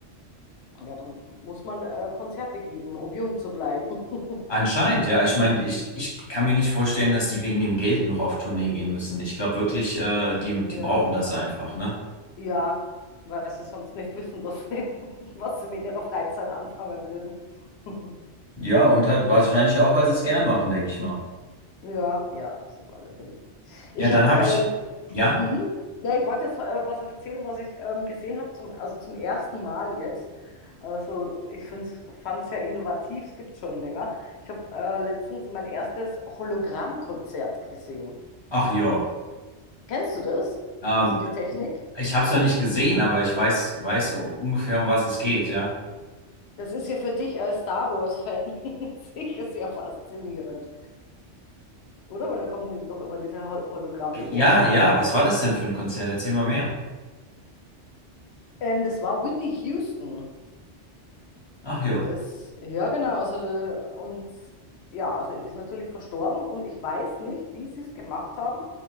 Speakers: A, on the left (about 70°); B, on the left (about 25°).
A: Ja, dann muss man äh, Konzerte geben, um jung zu bleiben. <laughs>
B: Anscheinend, ja. Ich meine, ich, ich kann mir nicht vorstellen, dass die wegen dem Geld noch auf Tournee gehen müssen. Ich glaube wirklich, äh, die,
A: Ja,
B: die brauchen das einfach, ne?
A: ja, weil sie sonst nicht wissen, was sie, <laughs> was sie mit ihrer Freizeit anfangen würden. <laughs>
B: Ja, und halt wahrscheinlich auch, weil sie es gern machen, denke ich mal.
A: Ja, ja, das auf alle Fälle. Ich
B: Ja, dann
A: habe,
B: habe
A: ähm,
B: ich, ja,
A: mhm. Na, ich wollte jetzt äh, was erzählen, was ich ähm, gesehen habe, zum, also zum ersten Mal jetzt. Also ich fand es sehr innovativ, es gibt es schon länger. Ich habe äh, letztens mein erstes Hologrammkonzert gesehen.
B: ach ja.
A: Kennst du das?
B: Ähm,
A: Also die Technik?
B: ich habe es noch nicht gesehen, aber ich weiß, weiß u- ungefähr, um was es geht, ja.
A: Das ist ja für dich als Star Wars-Fan <laughs> sicher sehr faszinierend, oder? Weil da kommen nämlich doch immer diese Hol Hologramme
B: Ge-
A: vor.
B: Ja, ja, was war das denn für ein Konzert? Erzähl mal mehr.
A: Ähm, das war Whitney Houston.
B: Ach jo.
A: Das, ja, genau. Also, da- und ja, also ist natürlich verstorben und ich weiß nicht, wie sie es gemacht haben.